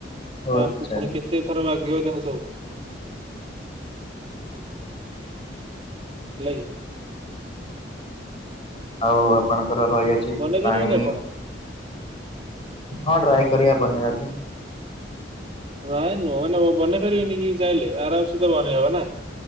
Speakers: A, on the left (about 30°); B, on the right (about 30°).
A: ଓ
B: ଆ
A: ଆଚ୍ଛା
B: ପୁଣି କେତେ ଥର ବାଗେଇବ ତାକୁ ସବୁ। ହେଲାକି।
A: ଆଉ ଆପଣଙ୍କର ରହିଯାଉଛି
B: ବନେଇ ପାରିବେନି
A: ପାଣି।
B: ଆପଣ?
A: ହଁ ଟ୍ରାଏ କରିବା ବନେଇବାକୁୁ।
B: ନାଇ ନୁହଁ ମାନେ ବନେଇ ପାରିବେନି କି ଚାହିଁଲେ ଆରାମ ସେ ବନେଇହବ ନା?